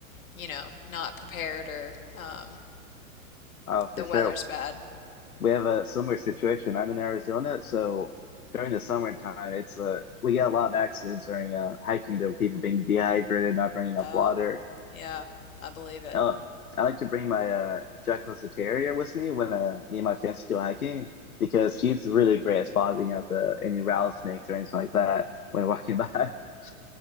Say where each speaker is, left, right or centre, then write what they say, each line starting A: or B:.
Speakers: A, on the left; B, on the left.
A: you know, not prepared or um
B: Oh, for
A: the
B: sure.
A: weather's bad.
B: We have a similar situation. I'm in Arizona, so during the summertime, it's uh, we get a lot of accidents during uh, hiking. There were people being dehydrated, not bringing enough
A: Oh,
B: water.
A: yeah, I believe it.
B: Oh, I like to bring my uh, Jack Russell Terrier with me when uh, me and my fiance go hiking because she's really great at spotting out the any rattlesnakes or anything like that when walking by. <laughs>